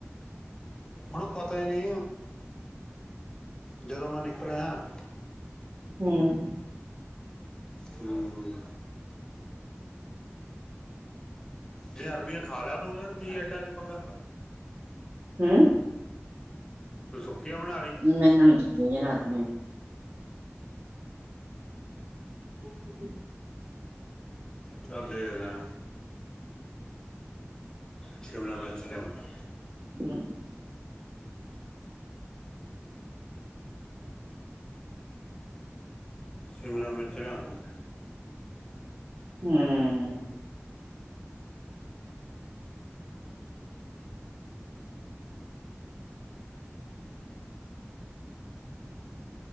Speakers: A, on the left; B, on the right.
A: ਓਨੂੰ ਪਤਾ ਈ ਨੀ, ਜਦੋਂ ਮੈਂ ਨਿਕਲਿਆ।
B: ਹਂ।
A: ਹਂ। ਜੇ ਅਰਬੀਆਂ ਖਾ ਲਿਆ, ਤੂੰ ਯਾਰ ਕੀ ਐਡਾ ਕੀ ਪੰਗਾ।
B: ਹਂ?
A: ਤੂੰ ਸੁੱਕੀਆਂ ਬਣਾ ਲੀ
B: ਮੈਨੂੰ ਨੀ ਚੱਕ ਰਾਤ ਮੇਂ <inaudible>
A: ਚਲ ਦੇਖ ਲੈ ਸ਼ਿਮਲਾ ਮਿਰਚ ਲਿਆਵਾਂ
B: ਹਂ
A: ਸ਼ਿਮਲਾ ਮਿਰਚ ਲਿਆਵਾਂ।
B: ਹਂ